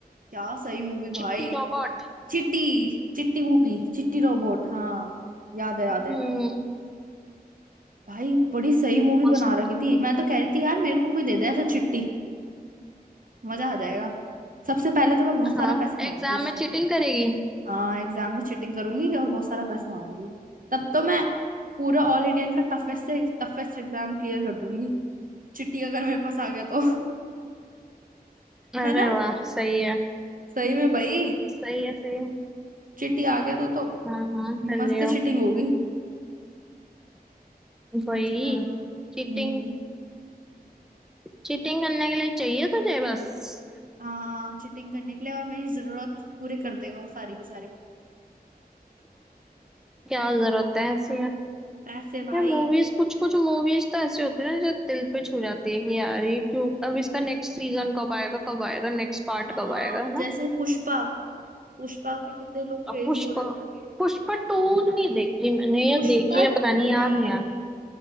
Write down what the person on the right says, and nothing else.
क्या सही मूवी भाई
चिट्टी चिट्टी मूवी चिट्टी रोबोट हाँ याद है याद
है भाई बड़ी सही मूवी
बना रखी थी मैं तो कह रही थी यार मेरे को कोई दे दे ऐसा चिट्टी मजा आ जाएगा सबसे पहले तो मैं बहुत सारा
पैसा मांगूंगी
उससे
हाँ एग्जाम में चीटिंग करूंगी और बहुत सारा पैसा मांगूंगी तब तो मैं पूरा ऑल इंडियन का टफेस्ट से टफेस्ट एग्जाम क्लियर कर दूंगी चिट्टी अगर मेरे पास आ गया तो <laughs>
है ना
सही में भाई
चिट्टी आ गया तो तो
मस्त
चिटिंग होगी
मजेदार हम्म
हाँ चिटिंग करने के लिए और मेरी जरूरत पूरे कर देगा वो सारी की सारी
पैसे भाई
हाँ
जैसे पुष्पा पुष्पा के कितने लोग क्रेजी
हो रखे थे
पुष्पा
नहीं